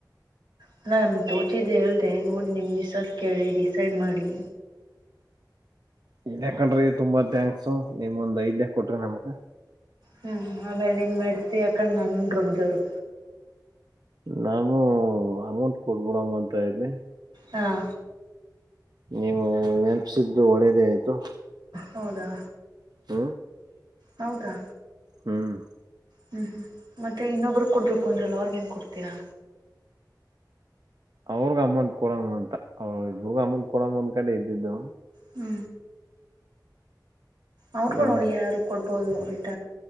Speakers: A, on the right (about 85°); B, on the right (about 60°).
A: ಅಲ್ಲ ನಮ್ಮ ತೋಚಿದ್ದ ಹೇಳಿದೆೆ ನೋಡಿ ನಿಮ್ಮ ವಿಶ್ವಾಸ ಕೇಳಿ ಡಿಸೈಡ್ ಮಾಡಿ
B: ಇನ್ ಯಾಕ್ರಿ ತುಂಬಾ ಥ್ಯಾಂಕ್ಸ್ಮ್ ಒಂದ್ಐದ್ಯ ಕೊಟ್ರಿ ನಮ್ಗ
A: ಹ್ಮ್ ಆಮೇಲೆ ನಿನ್ ಮೆಡ್ತಿ ಯಾಕೊಂಡ್ ನನ್ನ ರುಬ್ವರು
B: ನಾನು ಅಮೌಂಟ್ ಕೊಡ್ಬಿಡಮ್ಮ ಅಂತ ಇವಿ
A: ಹಾಂ
B: ನೀವು ನೆನಪಸಿದ್ದು ಒಳ್ಳೇದೇ ಆಯ್ತು
A: ಹೌದಾ
B: ಹ್ಮ
A: ಹೌದಾ
B: ಹ್ಮ್
A: ಹ್ಞೂ ಹ್ಞೂ ಮತ್ತ ಇಬ್ಬರು ಕೊಡಬೇಕು ಅಂದ್ರಲ್ಲ ಅವ್ರಗ ಏನು ಕೊಡ್ತೀರಾ
B: ಅವ್ರಗ್ ಅಮಂಟ್ ಕೊಡಣ ಅಂತ ಅವ್ರ ಇಬಗ್ ಅಮಂಟ್ ಕೊಡ ಅಂದ್ ಕಡೆ ಇದ್ದಿದ್ದು
A: ಹ್ಮ ಅವ್ರಿಗೂ
B: ಏನ್
A: ನೋಡಿ ಏನಾದರರು ಕೊಡ್ಬೋದು ರಿಟ